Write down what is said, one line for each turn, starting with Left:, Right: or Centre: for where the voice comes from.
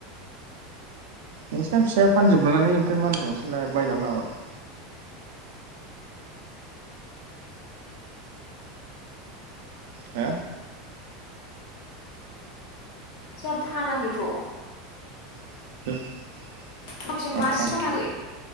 Right: नोंसिना फिसाया फानजोबनानै ओमफ्राय मालायनावसो बायना लाबाय हा
Left: जोंहा फानाखैथ'
Right: <unintelligible>
Left: अमा फिसाखौ मासेबो
Right: खालामखो
Left: फानाखै